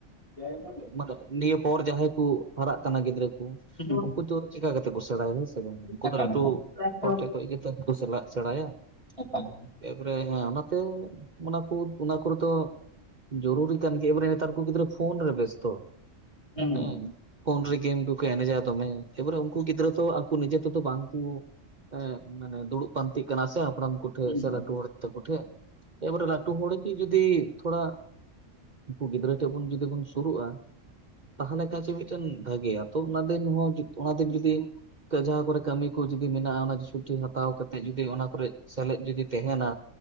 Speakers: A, on the left; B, on the right.
A: ᱮᱠᱟᱞ
B: ᱢᱟᱱᱮ ᱱᱤᱭᱟᱹ ᱯᱚᱨ ᱡᱟᱦᱟᱸᱭ ᱠᱚ ᱦᱟᱨᱟᱜ ᱠᱟᱱᱟ ᱜᱤᱫᱽᱨᱟᱹ ᱠᱚ
A: ᱦᱩᱸ
B: ᱩᱱᱠᱩ ᱫᱚ ᱪᱤᱠᱟ ᱠᱟᱛᱮ ᱠᱚ ᱥᱮᱬᱟᱭᱟ ᱦᱮᱸ ᱥᱮ ᱵᱟᱝ ᱩᱱᱠᱩ
A: ᱮᱠᱟᱞ
B: ᱫᱚ ᱞᱟᱹᱴᱩ
A: ᱮᱠᱟᱞ
B: ᱦᱚᱲ ᱴᱷᱮᱡ ᱠᱷᱚᱡ ᱜᱮ ᱛᱚ ᱩᱱᱠᱩ ᱠᱚ <unintelligible> ᱥᱮᱲᱟᱭᱟ᱾
A: <unintelligible>
B: ᱮᱯᱚᱨᱮ, ᱦᱮᱸ ᱚᱱᱟᱛᱮ ᱚᱱᱟ ᱠᱚ ᱚᱱᱟ ᱠᱚᱨᱮ ᱫᱚ ᱡᱚᱨᱩᱨᱤ ᱠᱟᱱ ᱜᱮ ᱮᱵᱟᱨᱮ ᱱᱮᱛᱟᱨ ᱠᱚ ᱜᱤᱫᱽᱨᱟᱹ ᱯᱷᱳᱱ ᱨᱮ ᱵᱮᱥᱛᱚ᱾ᱦᱮᱸ
A: ᱦᱩᱸ
B: ᱯᱷᱳᱱ ᱨᱮ ᱜᱮᱢ ᱫᱚᱠᱚ ᱮᱱᱮᱡᱟ ᱫᱚᱢᱮ ᱮᱵᱟᱨᱮ ᱩᱱᱠᱩ ᱜᱤᱫᱽᱨᱟᱹ ᱛᱚ ᱟᱠᱩ ᱱᱤᱡᱮᱛᱮᱫᱚ ᱵᱟᱝᱠᱩ ᱮ ᱢᱟᱱᱮ ᱫᱩᱲᱩᱵ ᱯᱟᱱᱛᱮᱜ ᱠᱟᱱᱟ ᱥᱮ ᱦᱟᱯᱲᱟᱢ ᱠᱚᱴᱮ
A: ᱦᱩᱸ
B: ᱥᱮ ᱞᱟᱹᱴᱩ ᱦᱚᱲ ᱛᱟᱠᱚ ᱴᱷᱮᱜ ᱮᱵᱟᱨᱮ ᱞᱟᱹᱴᱷᱩ ᱦᱚᱲ ᱜᱮ ᱡᱚᱫᱤ ᱛᱷᱚᱲᱟ ᱩᱱᱠᱩ ᱜᱤᱫᱽᱨᱟᱹ ᱴᱷᱮᱱ ᱵᱚᱱ ᱡᱩᱫᱤ ᱵᱚᱱ ᱥᱩᱨᱩᱜᱼᱟ ᱛᱟᱦᱚᱞᱮ ᱠᱷᱟᱱ ᱡᱮ ᱢᱤᱫᱴᱮᱱ ᱵᱷᱟᱹᱜᱮᱭᱟ᱾ ᱛᱚ ᱚᱱᱟ ᱫᱤᱱ ᱦᱚᱸ ᱚᱱᱟ ᱫᱤᱱ ᱡᱩᱫᱤ ᱡᱟᱦᱟᱸ ᱠᱚᱨᱮ ᱠᱟᱹᱢᱤ ᱠᱚ ᱡᱩᱫᱤ ᱢᱮᱱᱟᱜᱼᱟ ᱚᱱᱟ ᱪᱷᱩᱴᱤ ᱦᱟᱛᱟᱣ ᱠᱟᱛᱮ ᱡᱚᱫᱤ ᱚᱱᱟ ᱠᱚᱨᱮ ᱥᱮᱞᱮᱫ ᱡᱚᱫᱤ ᱛᱟᱸᱦᱮᱱᱟ